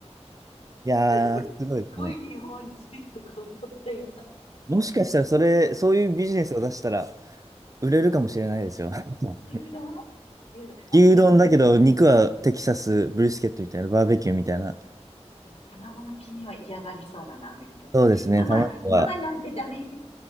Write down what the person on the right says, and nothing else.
いやー、
すごいですね。もしかしたらそれ、そういうビジネスを出したら売れるかもしれないですよ。<laughs>
牛丼だけど、
肉はテキサスブリスケットみたいな、バーベキューみたいな。
そうですね、
卵は。